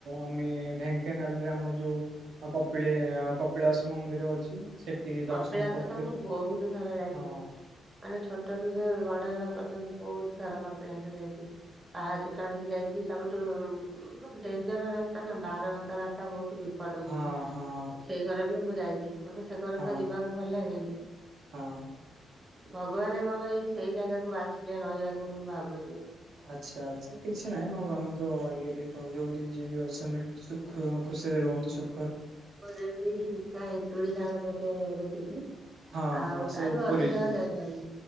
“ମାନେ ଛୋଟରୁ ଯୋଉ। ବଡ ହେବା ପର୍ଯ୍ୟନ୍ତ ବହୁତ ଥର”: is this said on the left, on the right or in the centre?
Right